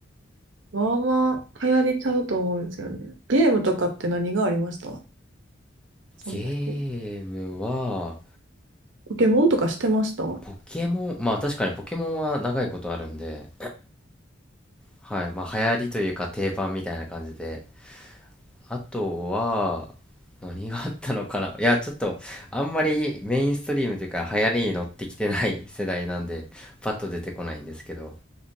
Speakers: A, on the right; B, in the centre.
A: まあまあ流行りちゃうと思うんですよね。ゲームとかって何がありましたその時。
B: ゲームは、
A: ポケモンとかしてましたい
B: ポケモン、まあ確かにポケモンは長いことあるんで、はい。まあ流行りというか定番みたいな感じで。あとは、何があったのかな。<laughs> いや、ちょっと、あんまりメインストリームというか流行りに乗ってきてない世代なんで、パッと出てこないんですけど。